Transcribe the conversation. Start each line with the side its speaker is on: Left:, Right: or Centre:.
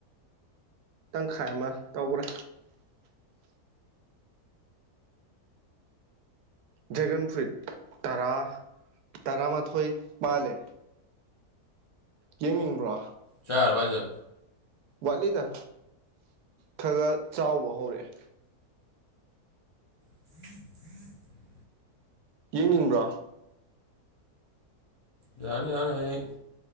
Right: ꯇꯪꯈꯥꯏ ꯑꯃ ꯇꯧꯈ꯭ꯔꯦ ꯗ꯭ꯔꯦꯒꯟ ꯐ꯭ꯔꯨꯏꯠ ꯇꯔꯥ ꯇꯔꯥꯃꯥꯊꯣꯏ ꯃꯥꯥꯜꯂꯦ ꯌꯦꯡꯅꯤꯡꯕ꯭ꯔꯣ
Left: ꯆꯔ ꯋꯥꯖꯦ
Right: ꯋꯥꯠꯂꯤꯗ ꯈꯔ ꯆꯥꯎꯕ ꯍꯧꯔꯛꯑꯦ
Left: ꯎ ꯎ <unintelligible>
Right: ꯌꯦꯡꯅꯤꯡꯕ꯭ꯔꯥ
Left: ꯌꯥꯅꯤ ꯌꯥꯅ ꯍꯌꯦꯡ